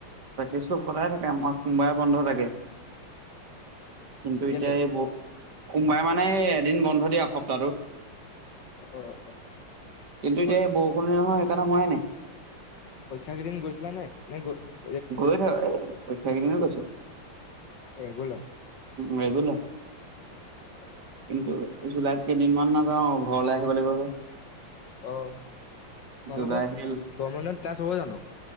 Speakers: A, on the right (about 50°); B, on the left (about 60°).
A: ৰাাকী চো সদায় থাকে আমাক সোমবাই বন্ধ থাগে কিন্তু
B: কেলে
A: এতিয়া এই ব সোমবাৰে মানে এদিন বন্ধ দিয়ে এসপ্তাহটো
B: অ
A: কিন্তু এতিয়া
B: অ
A: বৰষুণ নহয় সেইকাৰণে হোৱাই নাই
B: পৰীক্ষা কেইদিন গচলা নাই নাই
A: গৈ থাক এ পৰীক্ষা কিনো গৈছো
B: ৰেগুলাৰ
A: মেগল
B: অ
A: কিন্তন্তু জুল তিদিন মান নাযাওঁ ঘৰলৈ আহিব লাগিব যে
B: অ' তোমালোকৰ
A: জুলাই আহিল
B: গমেন্টত ক্লাছ হ'ব জানো